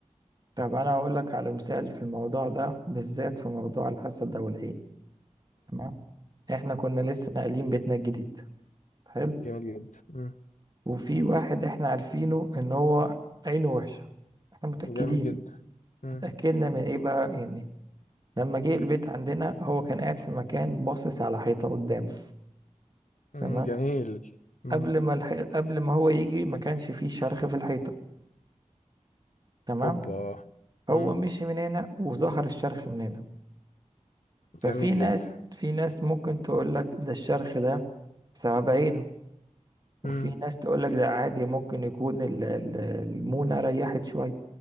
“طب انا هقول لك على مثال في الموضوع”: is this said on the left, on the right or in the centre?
Right